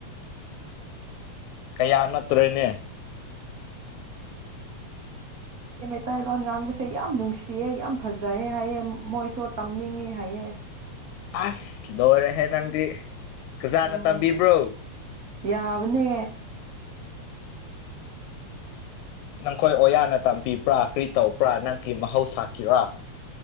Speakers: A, on the left; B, on the right.
A: ꯀꯌꯥ ꯅꯠꯇ꯭ꯔꯣꯏꯅꯦ
B: ꯑꯦ ꯃꯩꯇꯩꯂꯣꯟ ꯉꯥꯡꯕꯁꯦ ꯌꯥꯝ ꯅꯨꯡꯁꯤꯌꯦꯦ ꯌꯥꯝ ꯐꯖꯩꯑꯦ ꯍꯥꯏꯌꯦꯦ ꯃꯣꯏꯁꯨ ꯇꯝꯅꯤꯡꯉꯦ ꯍꯥꯏꯌꯦꯦ
A: ꯑꯁ ꯂꯣꯏꯔꯦꯍꯦ ꯅꯪꯗꯤ ꯀꯖꯥꯅ
B: ꯎꯝ
A: ꯇꯝꯕꯤꯕ꯭ꯔꯣ
B: ꯌꯥꯕꯅꯦ
A: ꯅꯪꯈꯣꯏ ꯑꯣꯌꯥꯅ ꯇꯝꯕꯤꯕ꯭ꯔꯥ ꯀꯔꯤ ꯇꯧꯕ꯭ꯔꯥ ꯅꯪꯒꯤ ꯃꯍꯧ ꯁꯥꯥꯈꯤꯕꯔ